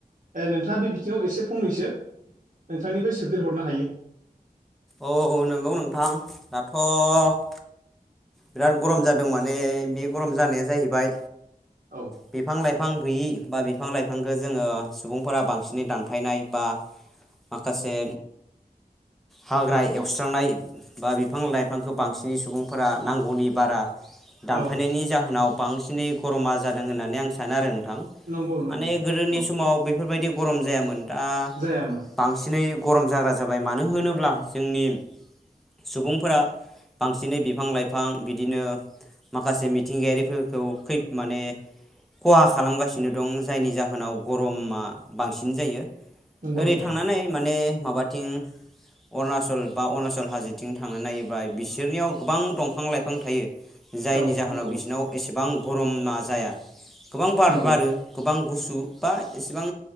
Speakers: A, on the right; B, in the centre.
A: ओ नोंथाङा बे बिथिङाव एसे फंनैसो नोंथांनिफ्राय सोदेरहरनो हायो।
B: औ नंगौ नोंथां दाथ'। बिराद गरम जादों माने बे गरम जानाया जाहैबाय
A: औ
B: बिफां लाइफां। बिफां गैयि बा बिफां लाइफांखौ जोङो सुबुंफोरा बांसिनै दानफायनाय बा। माखासे। हाग्रा एवस्रांनाय बा बिफां लाइफांखौ बांसिनै सुबुंफोरा नांगौनि बारा। दानफायनायनि
A: औ
B: जाहोनाव बांसिनै गरमा जादों होननानै आं सानो आरो।
A: नंगौ नंगौ
B: माने
A: नंगौ
B: गोदोनि
A: नंगौ
B: समाव बेफोरबायदि गरम जायामोन दा
A: जायामोन
B: बांसिनै। गरम जाग्रा जाबाय मानो होनोब्ला जोंनि। सुबुंफोरा बांसिनै बिफां लाइफां बिदिनो। माखासे मिथिंगायारिफोरखौ खै माने। खहा खालामगासिनो दं जायनि जाहोनाव गरमा बांसिन जायो। ओरै
A: नंगौ नोंथां
B: थांनानै माने माबाथिं। अरुणाचल बा अरुणाचल हाजोथिं थांनानै नायोब्ला बिसोरनियाव गोबां दंफां लाइफां थायो। जायनि
A: औ
B: जाहोनाव
A: नंगौ
B: बिसिनाव एसेबां गरम ना जाया गोबां बार
A: नंगौ
B: बारो गोबां। गुसु बा इसेबां